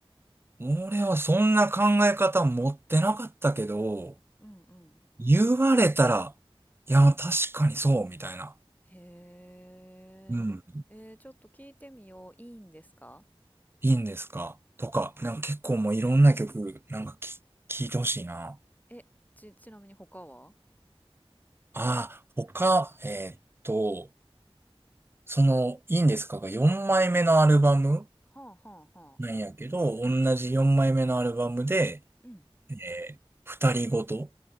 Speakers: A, on the right (about 25°); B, on the left (about 15°).
A: 俺はそんな考え方持ってなかったけど、
B: うんうん。
A: 言われたら、いや、確かにそう、みたいな。
B: へえ。
A: うん。
B: えー、ちょっと聞いてみよう。いいんですか
A: いいんですかとか、なんか結構もういろんな曲、なんかき、聞いてほしいな。
B: え、ち、ちなみに他は
A: ああ、他、えーっと、その、いいんですかが4枚目のアルバム
B: はあはあはあ。
A: なんやけど、
B: うん。
A: 同じ4枚目のアルバムで、
B: うん。
A: えー、二人ごと。